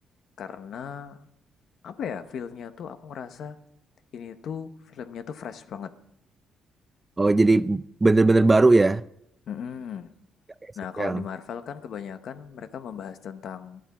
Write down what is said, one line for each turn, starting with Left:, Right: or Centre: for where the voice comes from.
Left: Karena apa ya, feel-nya tuh aku ngerasa ini tuh filmnya tuh fresh banget.
Right: Oh jadi bener-bener baru ya.
Left: Mm-mm.
Right: Gak kayak
Left: Nah,
Right: sequel.
Left: kalau di Marvel kan kebanyakan mereka membahas tentang